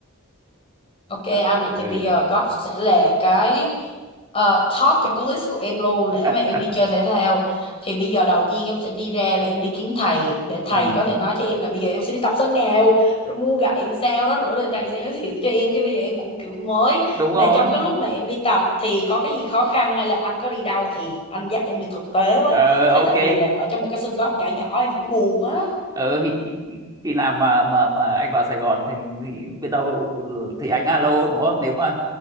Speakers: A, on the left (about 25°); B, on the right (about 15°).
A: Ok anh,
B: À,
A: vậy thì
B: ừ.
A: bây giờ golf sẽ là cái ờ, top trong cái list của em luôn để
B: <laughs>
A: mà em đi chơi thể thao. Thì bây giờ đầu tiên em sẽ đi ra và em đi kiếm thầy để thầy
B: ừ.
A: có thể nói cho em là bây giờ em sẽ đi tập sân nào, rồi mua gậy làm sao đó nữa rồi thầy sẽ giới thiệu cho em chứ bây giờ em cũng kiểu mới.
B: đúng rồi
A: Mà trong cái lúc mà em đi tập thì có cái gì khó khăn hay là anh có đi đâu thì anh dắt em đi thực tế với.
B: ờ,
A: Thế
B: ok
A: tại vì là ở trong một cái sân golf nhỏ nhỏ em cũng buồn á.
B: ờ, khi, khi, khi khi nào mà mà mà anh vào Sài Gòn thì thì biết đâu thì anh alo đúng không nếu mà